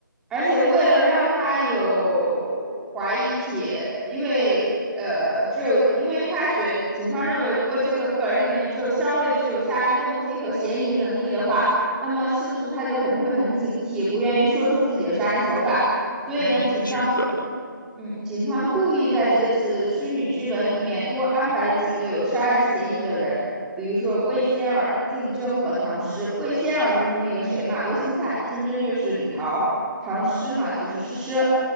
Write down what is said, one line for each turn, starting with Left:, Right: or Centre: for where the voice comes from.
Centre: 而且为了让他有怀疑起，因为呃，只有因为他觉警方认为，如果这个本儿里面只有肖瑞具有杀人动机和嫌疑能力的话，那么是不是他就肯定会很警惕，不愿意说出自己的杀人手法？所以呢，
Left: 虚拟剧本，
Centre: 警方故嗯，警方故意在这次虚拟剧本里面多安排了几个有杀人嫌疑的人，
Left: 嗯哼，
Centre: 比如说魏仙儿、竞争和唐诗。魏仙儿就是那个谁嘛，魏新灿；竞争就是李桃。唐诗嘛，就是诗诗。